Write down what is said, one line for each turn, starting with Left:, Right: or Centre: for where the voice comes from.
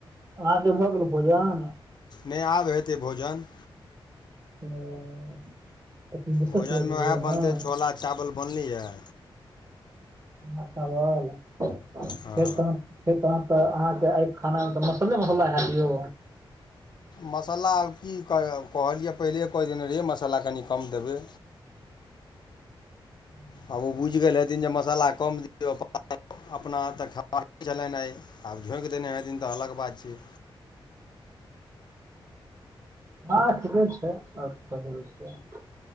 Right: अहां के भऽ गेलौ भोजन।
Left: नहि आब हेतै भोजन
Right: ह कथी विशेष
Left: भोजनमे
Right: छय भोजन
Left: उएह
Right: अहां
Left: बनतै छोला चावल बनलै यैं
Right: मांछ चावल फेर
Left: हँ
Right: तहन फेर तहन तऽ अहाँके आय खाना मे त मसल्ले- मसल्ला हैत यौ।
Left: मसल्ला आब की कह कहलियै, पहिले कहि देने रहियै मसल्ला कनि कम देबै।
Right: <inaudible>
Left: आब ओ बुझि गेल हथिन जे मसल्ला कम दियौ <unintelligible> अपना हाथक खेबाक छलनि आइ, आब झोंकि देने हेथिन त अलग बात छै।
Right: हँ ठीके छै, और कथी बुझते आब